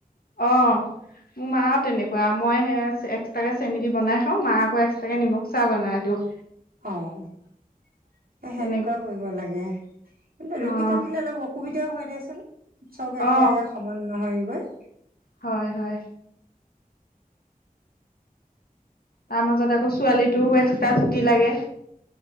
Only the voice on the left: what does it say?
অ'। মোৰ মাও তেনেকুৱা মই হে এক্সট্ৰাকে চেনি দি বনাই খাওঁ মা আকৌ এক্সট্ৰাকে নিমখ চা বনাই দিওঁ।
তেনেকে
অ',
অ
হয় হয়। তাৰ মাজত আকৌ ছোৱালিটো এক্সট্ৰা ছুটি লাগে।